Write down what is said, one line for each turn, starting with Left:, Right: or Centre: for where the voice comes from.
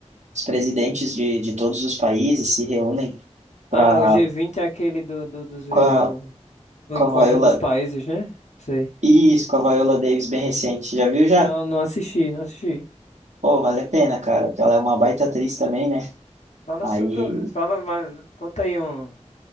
Right: os presidentes de, de todos os países se reúnem pra,
Left: Ah, o G20 é aquele do, do, dos- do,
Right: com a,
Left: do,
Right: com
Left: encontro
Right: a Viola...
Left: dos países, né? Sei.
Right: Isso, com a Viola Davis bem recente. Já viu já?
Left: Não, não assisti, não assisti.
Right: Pô, vale a pena, cara, porque ela é uma baita atriz também, né?
Left: Fala
Right: Aí
Left: sobre, o- fala mais, conta aí um,